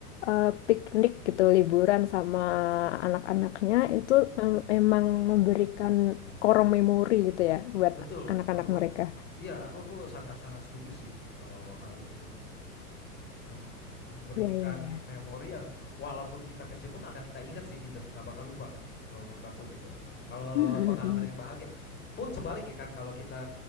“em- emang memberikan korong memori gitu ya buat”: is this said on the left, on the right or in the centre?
Left